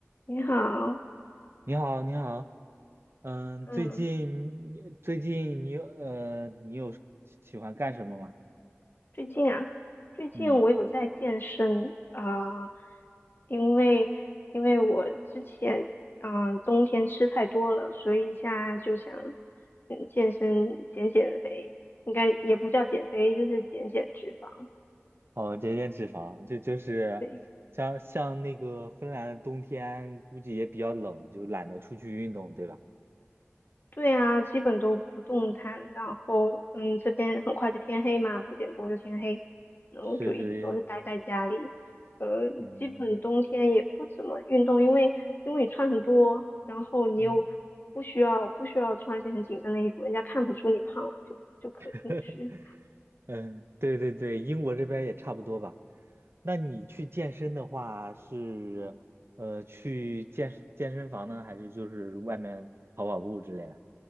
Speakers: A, on the left (about 50°); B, on the right (about 60°).
A: 你好，
B: 你好，你好，嗯，
A: 嗯，
B: 最近你最近你有呃，你有喜喜欢干什么吗？
A: 最近啊，最近我有在健身啊，
B: 嗯，
A: 因为因为我之前啊，冬天吃太多了，所以现在就想嗯健身减减肥，应该也不叫减肥，就是减减脂肪，
B: 哦，减减脂肪，这就是像像那个芬兰的冬天，
A: 对。
B: 估计也比较冷，就懒得出去运动，对吧？
A: 对啊，基本都不动弹，然后嗯，这边很快就天黑嘛，四点多就天黑，然后就一直都是待在家里，
B: 是是，
A: 呃，
B: 嗯
A: 基本冬天也不怎么运动，因为因为你穿很多，然后你又不需要不需要穿一些很紧身的衣服，
B: 嗯
A: 人家看不出你胖，就就可进去。
B: <laughs> 嗯，对对对，英国这边也差不多吧。那你去健身的话是呃去健健身房呢，还是就是外面跑跑步之类的？